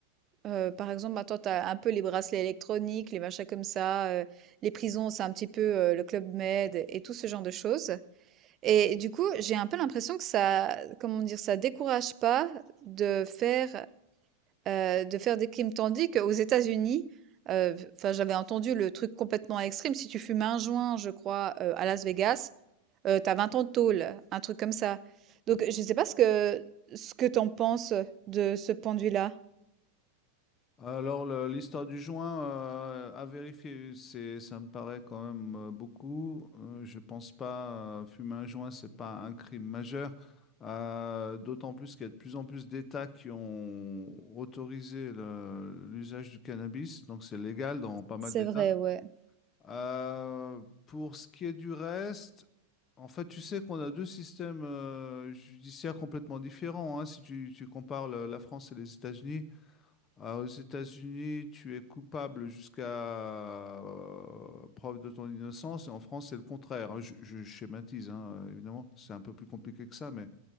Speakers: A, on the right; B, on the left.
A: Heu, par exemple, maintenant, tu as un peu les bracelets électroniques, les machins comme ça, heu, les prisons, c'est un petit peu, heu, le Club Med et tout ce genre de choses et du coup, j'ai un peu l'impression que ça comment dire? Ça décourage pas de faire Heu, de faire des crimes, tandis qu'aux États-Unis, heu, enfin, j'avais entendu le truc complètement extrême, si tu fumes un joint, je crois, heu, à Las Vegas, heu, tu as 20 ans de tôle, un truc comme ça. Donc je sais pas ce que ce que t'en penses, de ce point de vue-là?
B: Alors, le- l'histoire du joint, euh, à vérifier, c'est, ça me paraît quand même euh, beaucoup. Euh, je pense pas, euh, fumer un joint, c'est pas un crime majeur. Euh, d'autant plus qu'il y a de plus en plus d'États qui ont autorisé le- l'usage du cannabis, donc c'est légal dans pas mal
A: c'est
B: d'États.
A: vrai, ouais.
B: Euh, pour ce qui est du reste, en fait, tu sais qu'on a deux systèmes euh, judiciaires complètement différents, hein, si tu, tu compares le- la France et les États-Unis. Ah, aux États-Unis, tu es coupable jusqu'à euh, preuve de ton innocence, et en France, c'est le contraire. hein. Je, je schématise, hein, évidemment, c'est un peu plus compliqué que ça, mais